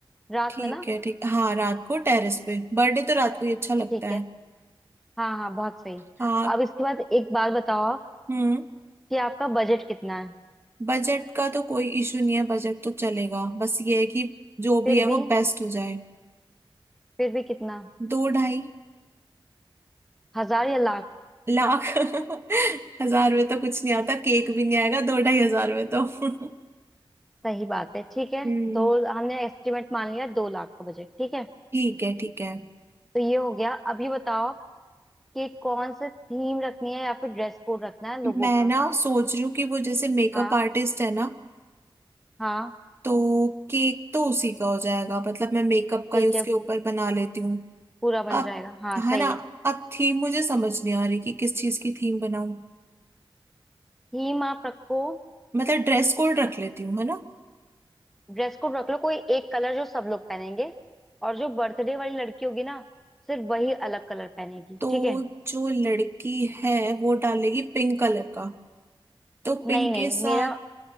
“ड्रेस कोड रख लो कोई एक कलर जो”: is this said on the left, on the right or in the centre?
Centre